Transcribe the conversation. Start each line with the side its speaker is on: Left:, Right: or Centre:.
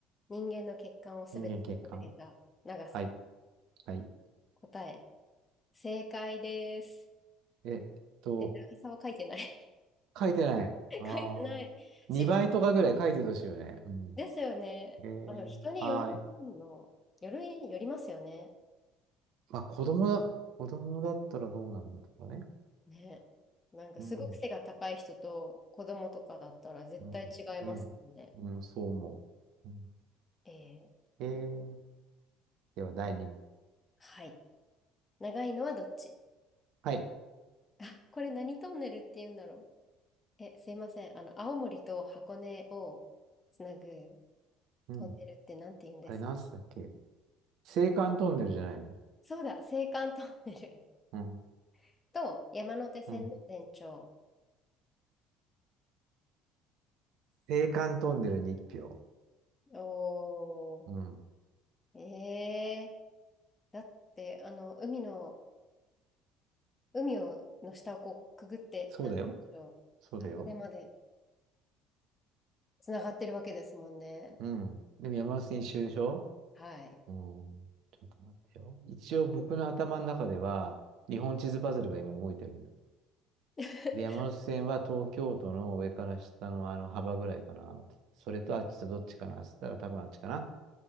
Left: 人間の血管をすべてつなげた長さ、
Right: う。人間血管。はい。はい。
Left: 答え、正解です。
Right: えっと、
Left: で、長さは書いてない。
Right: 書いてない。
Left: <laughs>
Right: あ
Left: 書いてない。
Right: あ。2倍とかぐらい書いてほしいよね。
Left: 知り、
Right: うん。
Left: ですよね。
Right: えー、
Left: あの、人によるの、
Right: はーい。
Left: よる、よりますよね。
Right: まあ、子供だ、子供だったらどうなんだとかね。
Left: ね。なんかすごく背が高い人と子供とかだったら絶対違いますよね。
Right: うん。うん、ねえ。うん、そう思う。うん、
Left: えー、
Right: えーでは、第2問。
Left: はい。長いのはどっち
Right: はい。
Left: <laughs> あ、これ何トンネルって言うんだろう。え、すいません。あの、青森と箱根をつなぐ
Right: うん。
Left: トンネルってなんて言うんですか
Right: あれ、なんすったっけ青函トンネルじゃないの
Left: そうだ、青函トンネル
Right: うん。
Left: <laughs> と山手線の全長。
Right: うん。青函トンネルに1票。
Left: お
Right: うん。
Left: ー、えー、だって、あの、海の、海をの下をこうくぐって、
Right: そうだよ。
Left: なんて言うんでしょう、
Right: そうだよ。
Left: 箱根までつながってるわけですもんね。
Right: うん。でも山手線一周でしょ
Left: はい。
Right: うん。ちょっと待ってよ。一応僕の頭の中では、日本地図パズルが今動いてるんだ
Left: <laughs>
Right: で、山手線は東京都の上から下のあの幅ぐらいかな。それとあっちとどっちかなって言ったら多分あっちかな。